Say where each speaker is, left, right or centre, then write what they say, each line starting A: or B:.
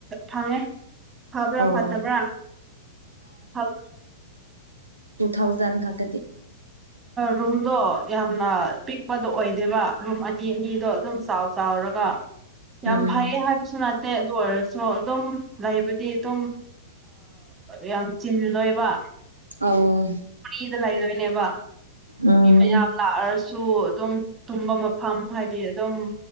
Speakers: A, on the right; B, on the right.
A: ꯐꯪꯉꯦ ꯐꯕ꯭ꯔꯥ
B: ꯑꯣ
A: ꯐꯠꯇꯕ꯭ꯔꯥ ꯐꯕꯥ
B: ꯇ ꯊꯥꯎꯖꯟ ꯈꯛꯇꯗꯤ
A: ꯔꯨꯝꯗꯣ ꯌꯥꯝꯅ ꯄꯤꯛꯄꯗꯣ ꯑꯣꯏꯗꯦꯕ ꯔꯨꯝ ꯑꯅꯤ ꯑꯅꯤꯗꯣ ꯑꯗꯨꯝ ꯆꯥꯎ ꯆꯥꯎꯔꯒ ꯌꯥꯝ
B: ꯎꯝ
A: ꯐꯩꯌꯦ ꯍꯥꯏꯕꯁꯨ ꯅꯠꯇꯦ ꯑꯗꯨ ꯑꯣꯏꯔꯁꯨ ꯑꯗꯨꯝ ꯂꯩꯕꯗꯤ ꯑꯗꯨꯝ ꯌꯥꯝ ꯆꯤꯟ ꯂꯣꯏꯕ
B: ꯑꯧ
A: ꯐꯨꯔꯤꯗ ꯂꯩꯗꯣꯏꯅꯦꯕ
B: ꯎꯝ
A: ꯃꯤ ꯃꯌꯥꯝ ꯂꯥꯛꯑꯔꯁꯨ ꯑꯗꯨꯝ ꯇꯨꯝꯕ ꯐꯝ ꯍꯥꯏꯗꯤ ꯑꯗꯨꯝ